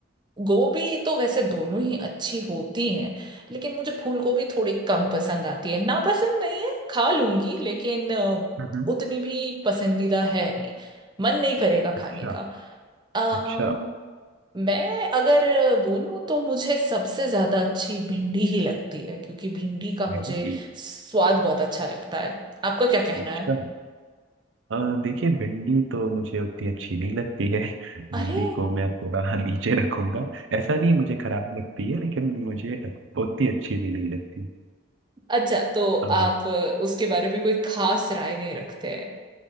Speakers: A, on the right; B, on the right.
A: गोभी तो वैसे दोनों ही अच्छी होती हैं लेकिन मुझे फूल गोभी थोड़ी कम पसंद आती है ना पसंद नहीं है खा लूंगी लेकिन आ,
B: हम्म,
A: उतनी भी पसंदीदा है नहीं मन नहीं करेगा
B: अच्छा
A: खाने का आ,
B: अच्छा
A: मैं अगर बोलूँ तो मुझे सबसे ज्यादा अच्छी भिंडी ही लगती है क्योंकि भिंडी का मुझे
B: हम्म,
A: स्वाद बहुत अच्छा लगता है आपका क्या कहना
B: अच्छा
A: है
B: अ, देखिए भिंडी तो मुझे उतनी अच्छी नहीं लगती है <laughs> भिंडी
A: अरे
B: को मैं थोड़ा <laughs> नीचे रखूंगा ऐसा नहीं मुझे खराब लगती है लेकिन मुझे उतनी अच्छी भी नहीं लगती
A: अच्छा तो
B: अ,
A: आप अ, उसके बारे में कोई खास राय नहीं रखते हैं